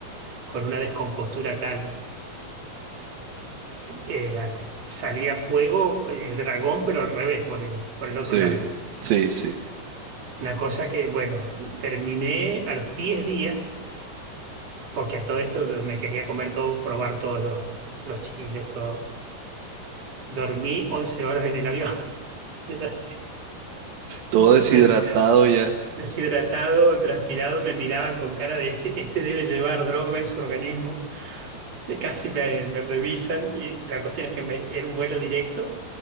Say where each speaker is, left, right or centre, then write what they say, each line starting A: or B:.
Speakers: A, on the right; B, on the right.
A: con una descompostura tal. Eh, salía fuego el dragón, pero al revés, por el, por el otro
B: sí,
A: lado.
B: sí, sí.
A: Una cosa que, bueno, terminé a los 10 días, porque a todo esto yo me quería comer todo, probar todos los, los chiles, todo. Dormí 11 horas en el avión. <laughs> De la-
B: Todo
A: me-
B: deshidratado ya.
A: deshidratado, transpirado, me miraban con cara de este, este debe llevar droga en su organismo. de casi me, me revisan y la cuestión es que me- era un vuelo directo,